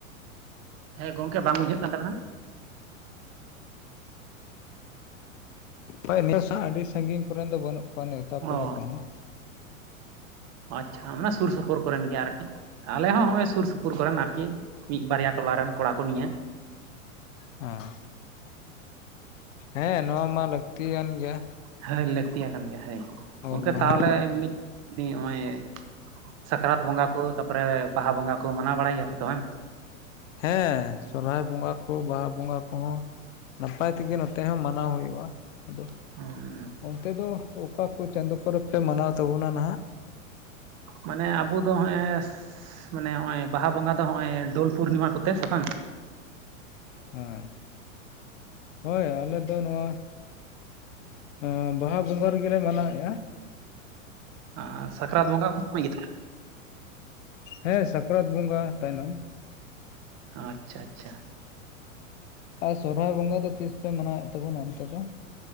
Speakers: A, on the right; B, on the left.
A: ᱦᱮᱸ ᱜᱚᱢᱠᱮ ᱵᱟᱝ ᱵᱩᱡᱷᱟᱹᱜ ᱠᱟᱱ ᱛᱟᱵᱤᱱᱟ᱾
B: ᱦᱚᱭ ᱱᱮᱥ ᱦᱟᱸᱜ ᱟᱹᱰᱤ ᱥᱟᱺᱜᱤᱧ ᱠᱚᱨᱮᱱ ᱫᱚ ᱵᱟᱹᱱᱩᱜ ᱠᱚᱣᱟ ᱱᱮᱣᱛᱟ ᱯᱮᱲᱟ
A: ᱚ
B: ᱠᱚ ᱦᱚᱸ᱾
A: ᱟᱪᱪᱷᱟ ᱚᱱᱟ ᱥᱩᱨ ᱥᱩᱯᱩ ᱯᱩᱨ ᱠᱚᱨᱮᱱ ᱜᱮ ᱟᱨᱠᱤ, ᱟᱞᱮ ᱦᱚᱸ ᱦᱚᱸᱜᱼᱚᱭ ᱥᱩᱨ ᱥᱩᱯᱩᱨ ᱠᱚᱨᱮᱱ ᱟᱨᱠᱤ ᱢᱤᱫ ᱵᱟᱨᱭᱟ ᱴᱚᱞᱟ ᱨᱮᱱ ᱠᱚᱲᱟ ᱠᱚ ᱱᱤᱭᱟᱹ᱾
B: ᱦᱚᱸ᱾ ᱦᱮᱸ ᱱᱚᱣᱟ ᱢᱟ ᱞᱟᱹᱠᱛᱤ ᱭᱟᱱ ᱜᱮᱭᱟ᱾
A: ᱦᱟᱹᱭ ᱞᱟᱹᱠᱛᱤ ᱭᱟᱠᱟᱱ ᱜᱮᱭᱟ ᱦᱟᱹᱭ
B: ᱦᱩᱞ
A: ᱜᱚᱢᱠᱮ
B: ᱢᱟᱦᱟ
A: ᱛᱟᱦᱚᱞᱮ
B: ᱢᱟ
A: ᱩᱣᱱᱤ ᱱᱤ ᱱᱚᱜ ᱚᱭ ᱥᱟᱠᱨᱟᱛ ᱵᱚᱸᱜᱟ ᱠᱚ, ᱛᱟᱯᱚᱨᱮ ᱵᱟᱦᱟ ᱵᱚᱸᱜᱟ ᱠᱩ ᱢᱟᱱᱟᱣ ᱵᱟᱲᱟᱭ ᱜᱮᱭᱟ ᱯᱮ ᱛᱚ ᱵᱟᱝ?
B: ᱦᱮᱸ ᱥᱚᱨᱦᱟᱭ ᱵᱚᱸᱜᱟ ᱠᱚ ᱵᱟᱦᱟ ᱵᱚᱸᱜᱟ ᱠᱚᱦᱚᱸ ᱱᱟᱯᱟᱭ ᱛᱮ ᱜᱮ ᱱᱚᱛᱮ ᱦᱚᱸ ᱢᱟᱱᱟᱣ ᱦᱩᱭᱩᱜᱼᱟ᱾ ᱟᱫᱚ
A: <unintelligible>
B: ᱚᱱᱛᱮ ᱫᱚ ᱚᱠᱟ ᱠᱩ ᱪᱟᱸᱫᱚ ᱠᱚᱨᱮ ᱯᱮ ᱢᱟᱱᱟᱣ ᱛᱟᱵᱚᱱᱟ ᱱᱟᱦᱟᱜ?
A: ᱢᱟᱱᱮ ᱟᱵᱚ ᱫᱚ ᱱᱚᱻᱦᱸᱮᱥ ᱢᱟᱱᱮ ᱱᱚᱜᱼᱚᱭ ᱵᱟᱦᱟ ᱵᱚᱸᱜᱟ ᱫᱚ ᱱᱚᱜᱼᱚᱭ ᱰᱩᱞ ᱯᱩᱨᱱᱤᱢᱟ ᱠᱚᱛᱮ ᱥᱮ ᱵᱟᱝᱟ?
B: ᱦᱩᱸ, ᱦᱚᱭ ᱟᱞᱮ ᱫᱚ ᱱᱚᱣᱟ ᱟᱸᱻ ᱵᱟᱦᱟ ᱵᱚᱸᱜᱟ ᱨᱮᱜᱮ ᱞᱮ ᱢᱟᱱᱟᱣᱮᱜᱼᱟ᱾
A: ᱟᱨ ᱥᱟᱠᱨᱟᱛ ᱵᱚᱸᱜᱟ ᱩᱱ ᱥᱚᱢᱚᱭ ᱜᱮ?
B: ᱦᱮᱸ ᱥᱟᱠᱨᱟᱛ ᱵᱚᱸᱜᱟ ᱛᱟᱭᱱᱚᱢ᱾
A: ᱟᱪᱪᱷᱟ ᱟᱪᱪᱷᱟ᱾
B: ᱟᱨ ᱥᱚᱨᱚᱦᱟᱭ ᱵᱚᱸᱜᱟ ᱫᱚ ᱛᱤᱥ ᱯᱮ ᱢᱟᱱᱟᱣᱭᱮᱫ ᱛᱟᱹᱵᱩᱱᱟ ᱚᱱᱛᱮ ᱫᱚ?